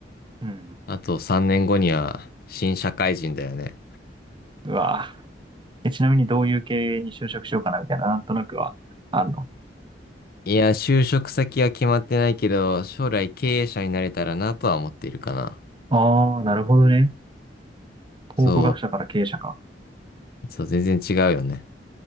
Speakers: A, on the right (about 25°); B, on the left (about 55°).
A: うん。
B: あと3年後には新社会人だよね。
A: うわぁ。え、ちなみにどういう系に就職しようかなみたいな、なんとなくはあんの。
B: いや、就職先は決まってないけど、将来経営者になれたらなとは思っているかな。
A: ああ、なるほどね。考古学者から経営者か。
B: そう、そう、全然違うよね。